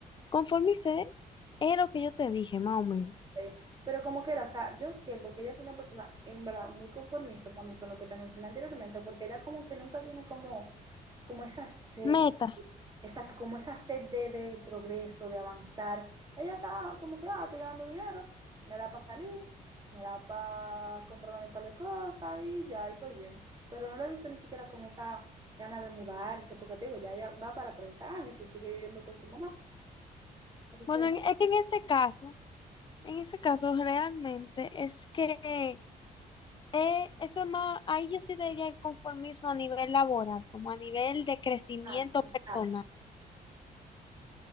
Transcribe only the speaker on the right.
Sí, Pero como quiera o sea, yo siento que ella es una persona en verdad muy conformista también con lo que te mencioné anteriormente, porque ella como que nunca tiene como, como esa sed,
exacto, como esa sed de, de progreso, de avanzar. Ella está como que, ah, estoy ganando dinero, me da para salir, me da para comprarme un par de cosas y ya, y estoy bien. Pero no la he visto ni siquiera con esa gana de mudarse, porque te digo, ya, ya va para 30 años y sigue viviendo con su mamá. Entonces,
ah, está,